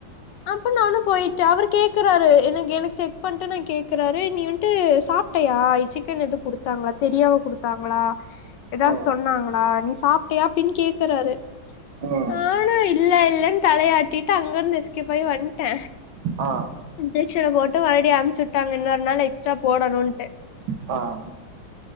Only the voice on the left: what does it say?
அப்ப நானு போய்ட்டு அவரு கேக்குறாரு எனக்கு எனக்கு செக் பண்ணிட்டு நா கேக்குறாரு நீ வன்ட்டு சாப் முட்டையா சிக்கன் எது குடுத்தாங்ளா தெரியாம குடுத்தாங்களா ஏதா
சொன்னாங்களா நீ சாப்ட்டியா அப்பின் கேக்குறாரு
நானு இல்ல இல்லன்னு தலையாட்டிட்டு அங்க இருந்து எஸ்கேப் ஆய் வன்ட்ட
இன்ஜெக்ஷனப் போட்டு மறுபடியு அம்ச்சு உட்டாங்க இன்னொரு நாள் எக்ஸ்ட்ரா போடணுன்ட்டு